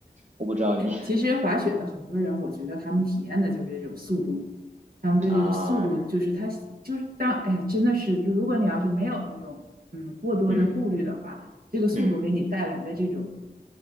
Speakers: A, on the right; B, on the right.
A: 我不知道你
B: 其实滑雪的很多人，我觉得他们体验的就是这种速度，他们对这个速度就是他就是当哎呀，
A: 啊，
B: 真的是，就如果你要是没有那种嗯过多的顾虑的话，
A: 嗯
B: 这个速度给你带来的这种
A: 嗯